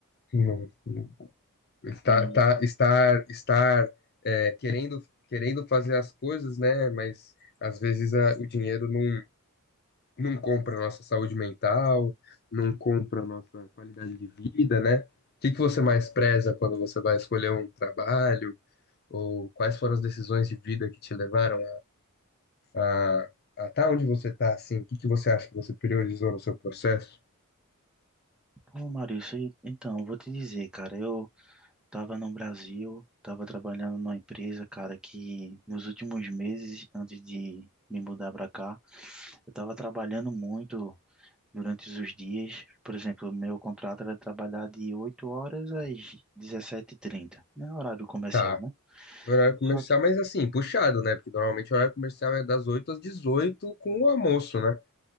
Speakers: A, on the left; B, in the centre.
A: Não- não- Estar,
B: E,
A: tá- estar, estar, é, querendo, querendo fazer as coisas, né? Mas às vezes a- o dinheiro não. não compra a nossa saúde mental, não compra a nossa qualidade de vida, né? O que que você mais preza quando você vai escolher um trabalho? Ou quais foram as decisões de vida que te levaram a, a, a tá onde você tá, assim? O que que você acha que você priorizou no seu processo?
B: pô, Maurício, e- então, eu vou te dizer, cara, eu tava no Brasil, tava trabalhando numa empresa, cara, que nos últimos meses, antes de me mudar pra cá, eu tava trabalhando muito durante os dias. Por exemplo, meu contrato era trabalhar de 8 horas às dezessete e trinta, né? Horário comercial,
A: Tá,
B: né?
A: horário comercial,
B: Só
A: mas assim, puxado, né? Porque normalmente o horário comercial é das 8 às 18 com o almoço, né?